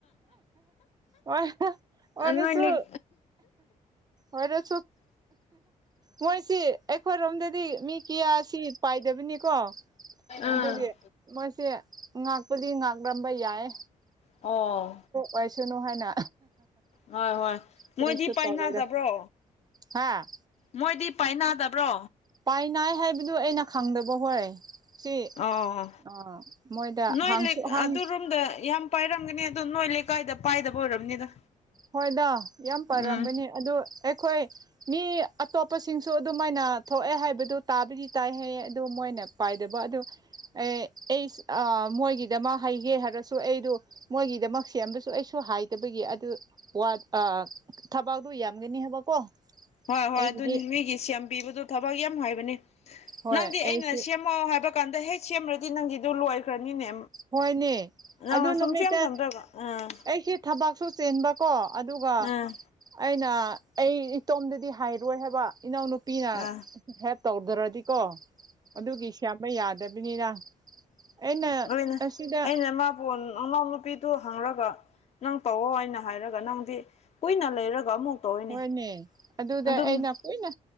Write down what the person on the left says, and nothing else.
ꯅꯣꯏ ꯂꯤꯛ
ꯑꯥ
ꯑꯣ
ꯍꯣꯏ ꯍꯣꯏ
ꯃꯣꯏꯗꯤ ꯄꯥꯏꯅꯗꯕ꯭ꯔꯣ
ꯃꯣꯏꯗꯤ ꯄꯥꯏꯅꯗꯕ꯭ꯔꯣ
ꯑꯥ-ꯑꯥ
ꯅꯣꯏ
ꯂꯤꯛ
ꯑꯗꯨꯔꯣꯝꯗ ꯌꯥꯝ ꯄꯥꯏꯔꯝꯒꯅꯤ ꯑꯗꯣ ꯅꯣꯏ ꯂꯩꯀꯥꯏꯗ ꯄꯥꯏꯗꯕ ꯑꯣꯏꯔꯝꯅꯤꯗ꯫
ꯎꯝ
ꯍꯣꯏ ꯍꯣꯏ
ꯑꯗꯨꯅꯤ ꯃꯤꯒꯤ ꯁꯦꯝꯕꯤꯕꯗꯨꯣ ꯊꯕꯛ ꯌꯥꯝ ꯍꯥꯏꯕꯅꯤ
ꯅꯪꯗꯤ ꯑꯩꯅ
ꯁꯦꯝ ꯃꯣ ꯍꯥꯏꯕ ꯀꯥꯟꯗ ꯍꯦꯛ ꯁꯦꯝꯃ꯭ꯔꯗꯤ ꯅꯪꯒꯤꯗꯨ ꯂꯣꯏꯈ꯭ꯔꯅꯤꯅꯦ
ꯅꯪꯅ
ꯁꯨꯝ ꯁꯦꯝ ꯁꯦꯝꯗ꯭ꯔꯒ ꯎꯝ
ꯎꯝ
ꯑꯥ
ꯎꯝꯅꯦ
ꯑꯦꯩꯅ ꯃꯥ ꯐꯣꯟ ꯃꯅꯥꯎ ꯅꯨꯨꯄꯤꯗꯨ ꯍꯪꯔꯒ ꯅꯪ ꯇꯧꯋꯣ ꯍꯥꯏꯅ ꯍꯥꯏꯔꯒ ꯅꯪꯗꯤ ꯀꯨꯏꯅ ꯂꯩꯔꯒ ꯑꯃꯨꯛ ꯇꯧꯋꯤꯅꯦ
ꯑꯗꯨꯝ